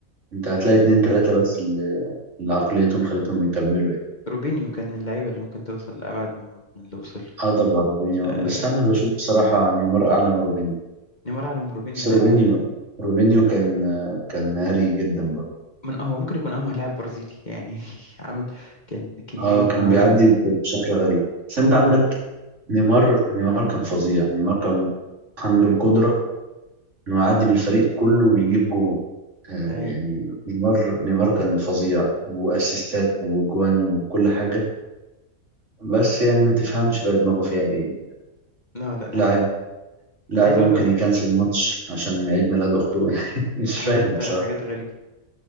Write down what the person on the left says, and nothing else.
روبينيو كان من اللعيبه اللي ممكن توصل لابعد من اللي وصل له
آه،
نيمار اعلى من روبينيو
لا ده
من هو ممكن يكون امهر لاعب برازيلي يعني <laughs> عمل كان كميه
مهارات
اه
ده حقيقي
لا لا ده
حقيقي
انا عايز
اقول بقى
حاجات
حاجات غريبه